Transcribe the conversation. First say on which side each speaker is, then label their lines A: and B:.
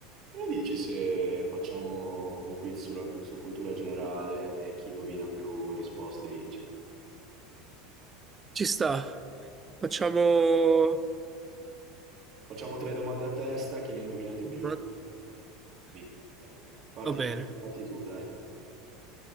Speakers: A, on the right; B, on the right.
A: Che ne dici se facciamo un quiz sulla- su cultura generale e chi indovina più risposte vince?
B: Ci sta, facciamo...
A: Facciamo tre domande a testa, chi ne indovina di
B: Va
A: più vince. Dai. Parti,
B: bene,
A: parti tu, dai.